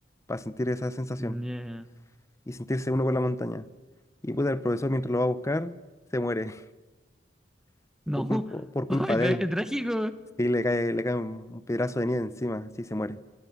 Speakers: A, on the left; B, in the centre.
A: para sentir esa sensación
B: Yeah.
A: y sentirse uno con la montaña. Y pues el profesor mientras lo va a buscar, se muere <laughs>
B: No,
A: por culpa, por culpa
B: ay,
A: de
B: pero
A: él.
B: es trágico.
A: Sí, le cae, le cae un un pedazo de nieve encima, sí se muere.